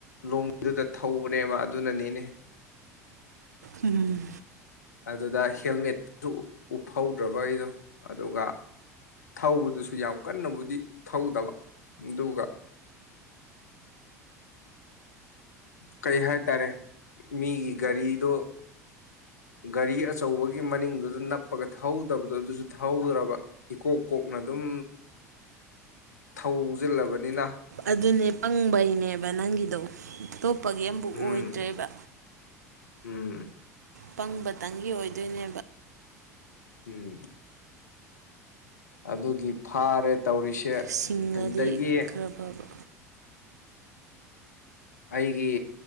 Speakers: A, on the left; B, on the right.
A: ꯂꯣꯡꯗꯨꯗ ꯊꯧꯕꯅꯦꯕ ꯑꯗꯨꯅꯅꯤꯅꯦ
B: ꯎꯝ
A: ꯑꯗꯨꯗ ꯍꯦꯜꯃꯦꯠꯇꯁꯨ ꯎꯞꯍꯧꯗ꯭ꯔꯕꯩꯗꯣ ꯑꯗꯨꯒ ꯊꯧꯕꯗꯨꯁꯨ ꯌꯥꯝ ꯀꯟꯅꯕꯨꯗꯤ ꯊꯧꯗꯕ ꯑꯗꯨꯒ ꯀꯩ ꯍꯥꯏꯇꯥꯔꯦ ꯃꯤꯒꯤ ꯒꯥꯔꯤꯗꯣ ꯒꯥꯔꯤ ꯑꯆꯧꯕꯒꯤ ꯃꯅꯤꯡꯗꯨꯗ ꯅꯞꯄꯒ ꯊꯧꯍꯧꯗꯕꯗꯣ ꯑꯗꯨꯁꯨ ꯊꯧꯍꯧꯗ꯭ꯔꯕ ꯏꯀꯣꯛ ꯀꯣꯛꯅ ꯑꯗꯨꯝ ꯊꯧꯁꯤꯜꯂꯕꯅꯤꯅ
B: ꯑꯗꯨꯅꯦ ꯄꯪꯕꯩꯅꯦꯕ ꯅꯪꯒꯤꯗꯣ ꯑꯇꯣꯞꯄꯒꯤ ꯑꯃꯐꯛ
A: ꯎꯝ
B: ꯑꯣꯏꯗ꯭ꯔꯦꯕ
A: ꯎꯝ
B: ꯄꯪꯕꯇꯪꯒꯤ ꯑꯣꯏꯗꯣꯏꯅꯦꯕ
A: ꯎꯝ ꯑꯗꯨꯒꯤ ꯐꯥꯔꯦꯠ ꯇꯧꯔꯤꯁꯦ
B: ꯁꯤꯡꯉꯗꯤ
A: ꯑꯗꯒꯤ
B: ꯈꯔ ꯐꯕ
A: ꯑꯩꯒꯤ